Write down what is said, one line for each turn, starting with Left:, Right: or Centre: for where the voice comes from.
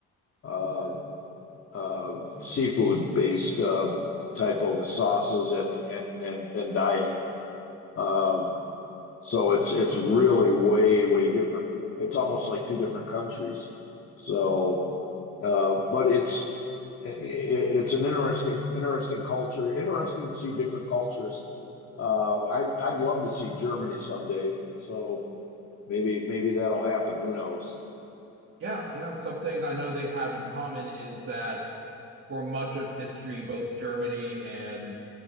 Left: uh, uh, seafood based uh, type of sauces and and and and diet. Um, so it's it's really way way different. It's almost like two different countries. So Uh, but it's i- it's an interesting interesting culture. Interesting to see different cultures. Uh, I'd I'd love to see Germany someday. So maybe maybe that'll happen. Who knows?
Right: Yeah, yeah, something I know they have in common is that for much of history, both Germany and